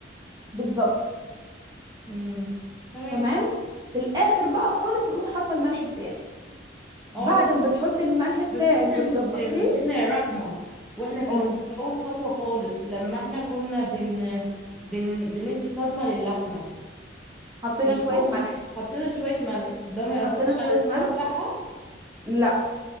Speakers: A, on the right; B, in the centre.
A: بالظبط
B: امم تمام
A: تمام في الاخر بقى خالص تقومي حاطه الملح بتاعك
B: اه
A: بعد
B: كده.
A: ما بتحطي الملح بتاعك
B: بس احنا
A: وتظبطيه
B: مش مش احنا يا رحمة واحنا في
A: قولي
B: الاول في اول خطوة خالص لما احنا كنا بن بن بندي صدمة للحمة
A: حطينا
B: في الفوق
A: شويه ملح
B: حطينا شوية ملح ده ما يأثرش
A: حطينا شويه
B: على السوا
A: ملح
B: بتاعها
A: لا